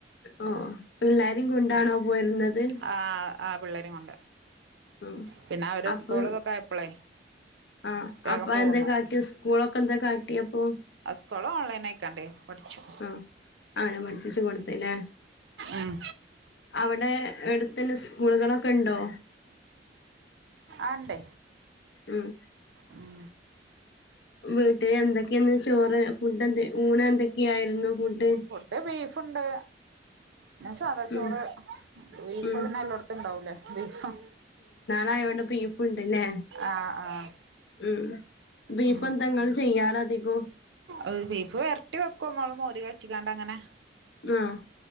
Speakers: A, on the left (about 70°); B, on the right (about 80°).
A: ഓ പിള്ളേരിം കൊണ്ടാണോ പോയിരുന്നത്
B: ആഹാ ആഹാ പിള്ളേരും കൊണ്ട്
A: ഉം
B: പിന്നെ അവര്
A: അപ്പൊ
B: സ്കൂള് ഇതൊക്കെ ആയപ്പളേ
A: ആഹ
B: വേഗം
A: അപ്പൊ
B: പോന്നു
A: എന്താക്കാട്ടി സ്‌ക സ്കോളൊക്കെ എന്താ കാട്ടി അപ്പൊ
B: സ്ക്കൂൾ ഓൺലൈനാക്കണ്ടേ പഠിച്ചു
A: ആ അങ്ങനെ പഠിപ്പിച്ചു കൊടുത്ത്ല്ലേ
B: ഉം
A: അവിടെ എടു തന്നെ സ്കൂളുകളൊക്കെ ഉണ്ടോ
B: ആ ഇണ്ടേ
A: ഉം
B: ഉം
A: വീട്ടില് എന്തൊക്കെയന്ന് ചോറ് ഫുഡ് എന്ത ഊണ് എന്തൊക്കെയായിരുന്നു ഫുഡ്
B: അത് ബീഫുണ്ട് പിന്ന സാധാ ചോറ്
A: ഉം
B: ബീഫ്
A: ഉം
B: പിന്നെ എല്ലായിടത്തും ഉണ്ടാവൂലേ ബീഫ്
A: ളായോണ്ട് ബീഫ്ണ്ട്ല്ലെ
B: ആഹ് ആഹ്
A: ഉം ബീഫെന്താ
B: ഉം
A: ങ്ങെള് ചെയ്യാറധികും
B: ഏഹ് ബീഫ് വെര്ട്ടി വെക്കും മ്മൾ മോര് കാച്ചിക്കാണ്ട് അങ്ങനെ
A: ആഹ്